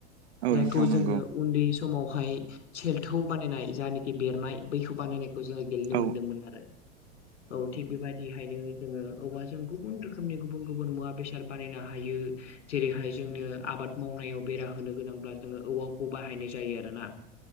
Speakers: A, on the right; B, on the left.
A: औ
B: जायखौ
A: नोंथां नंगौ
B: जोङो उन्दै स समावहाय सेल्थौ बानायनाय जानोकि बेरनाय बैखौ बानायनायखौ जोङो। गेलेनो
A: औ
B: मोनदोंमोन आरो औ थिग बेबायदि। बेहायनो जोङो औवाजों गुबुन रोखोमनि गुबुन गुबुन मुवा बेसाद बानायनो हायो जेरैहाय जोंनो आबाद मावनायाव बेरा होनो गोनांब्ला जोङो औवाखौ बाहायनाय जायो आरोना।